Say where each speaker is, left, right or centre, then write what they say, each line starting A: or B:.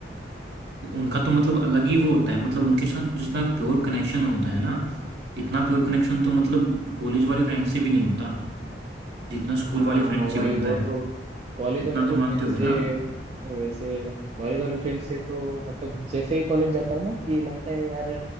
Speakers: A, on the right (about 65°); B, on the right (about 35°).
A: उनका तो मतलब अलग ही वो होता है मतलब उनके साथ जितना प्योर कनेक्शन होता है ना इतना प्योर कनेक्शन तो मतलब कॉलेज वाले फ्रेंड से भी नहीं होता जितना
B: <laughs>
A: स्कूल
B: हाँ
A: वाले फ्रेंड
B: वही
A: से बनता
B: वो
A: है
B: तो कॉलेज
A: इतना
B: वाले
A: तो
B: जो
A: मानते
B: फ्रेंड
A: होगे
B: से
A: ना आप
B: वैसे कॉलेज वाले फ्रेंड से तो मतलब जैसे ही कॉलेज जाता हूँ ना कि लगता है यार